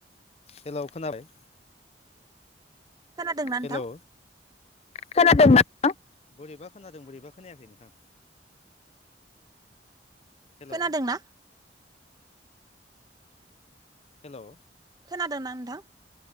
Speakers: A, on the left; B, on the right.
A: हेलौ खोनाबाय
B: खोनादोंना नोंथां
A: हेलौ खोनादोंना बोरैबा खोनादों बोरैबा खोनायाखै नोंथां हेलौ
B: खोनादोंना
A: हेलौ
B: खोनादोंना नोंथां